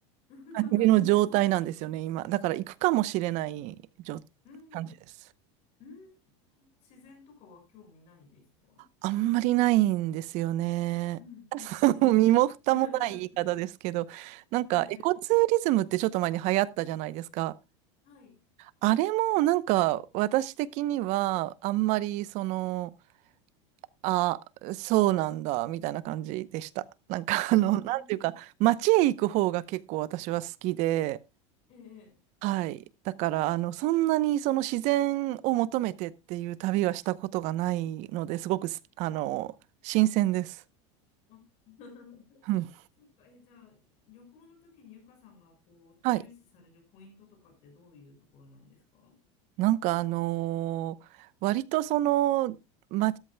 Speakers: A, on the left; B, on the right.
A: <laughs>
B: 感じの状態なんですよね、今。だから行くかもしれない状
A: うん、
B: 感じです。
A: うん。自然とかは興味ないですか
B: あんまりないんですよね。
A: うん、
B: <laughs>
A: うん、うん。
B: 身も蓋もない言い方ですけど、
A: <laughs>
B: なんかエコツーリズムってちょっと前に流行ったじゃないですか。
A: ええ、ええはい。
B: あれもなんか私的にはあんまりその、あ、そうなんだみたいな感じでした。なんかあの、
A: うん、
B: なんていうか、街へ行く方が結構私は好きで、
A: ええ。
B: はい。だから、あの、そんなにその自然を求めてっていう旅はしたことがないので、すごくす、あの、新鮮です。
A: あ <laughs>
B: うん。
A: そっか、え、じゃあ、旅行の時にゆかさんがこう重視されるポイントとかってどういうところなんですか
B: はい。なんか、あのー割とその、ま、